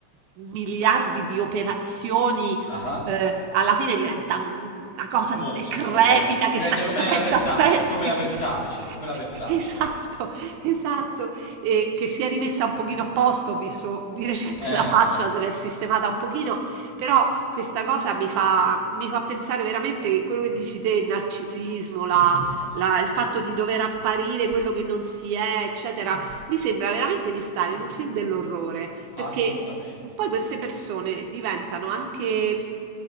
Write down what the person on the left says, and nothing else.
ah,
Un
mostro praticamente. Diventa
come
la Versace,
come la Versace,
come la Versace.
Eh,
ass-
assolutamente.
Mhm.